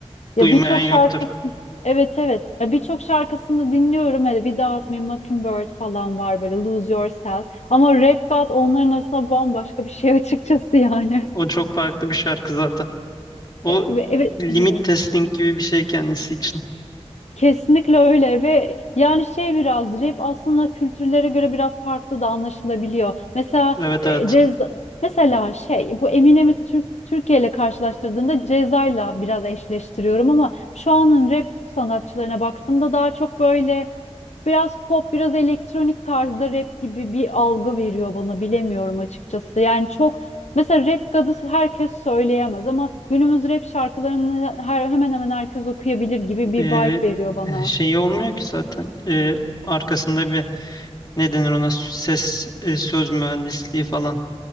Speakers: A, on the left; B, on the left.
A: Ya
B: Duymayan
A: birçok
B: yoktur.
A: şarkısın. Evet evet. Ya birçok şarkısını dinliyorum. Hele bir daha Ask Me Mockingbird falan var böyle Lose Yourself. Ama Rap God onların arasında bambaşka bir şey <laughs> açıkçası yani.
B: O çok farklı bir şarkı zaten. O
A: E, ve- Evet
B: limit
A: evet.
B: testing gibi bir şey kendisi için.
A: Kesinlikle öyle ve yani şey biraz rap aslında kültürlere göre biraz farklı da anlaşılabiliyor. Mesela
B: Evet
A: e,
B: evet.
A: ceza mesela şey bu Eminem'i Türk Türkiye ile karşılaştırdığında Ceza'yla biraz eşleştiriyorum ama şu anın rap sanatçılarına baktığımda daha çok böyle biraz pop, biraz elektronik tarzda rap gibi bir algı veriyor bana bilemiyorum açıkçası. Yani çok mesela rap kadı herkes söyleyemez ama günümüz rap şarkılarını her, hemen hemen herkes okuyabilir gibi bir
B: Ee,
A: vibe veriyor bana.
B: şeyi olmuyor ki zaten Ee, arkasında bir ne denir ona ses e, söz mühendisliği falan.